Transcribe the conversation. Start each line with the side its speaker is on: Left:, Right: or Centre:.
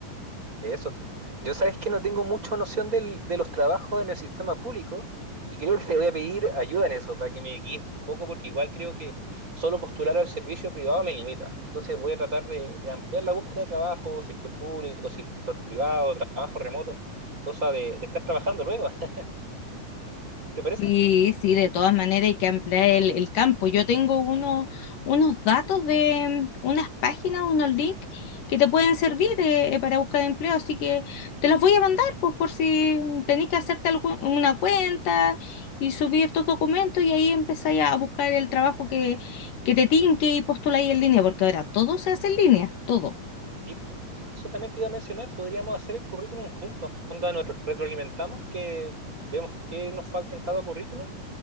Right: Eso. Yo sabes que no tengo mucha noción del- de los trabajos en el sistema público y creo que te voy a pedir ayuda en eso para que me guíes un poco porque igual creo que solo postular al servicio privado me limita. Entonces voy a tratar de, de ampliar la búsqueda de trabajo, sector público, sector privado, trabajo remoto, cosa de, de estar trabajando luego. <laughs> ¿Te parece?
Left: Sí, sí, de todas maneras hay que ampliar el, el campo. Yo tengo uno, unos datos de mm, unas páginas, unos links que te pueden servir
Right: Ujú.
Left: eh, eh, para buscar empleo, así que te los voy a mandar pues, por si tenés que hacerte algu- una cuenta y subir tus documentos y ahí empezáis a buscar el trabajo que, que te tinque y postuláis en línea, porque ahora todo se hace en línea, todo.
Right: Tipo, eso también te iba a mencionar, podríamos hacer el currículum juntos, cuando nos retroalimentamos, que vemos qué nos falta en cada currículum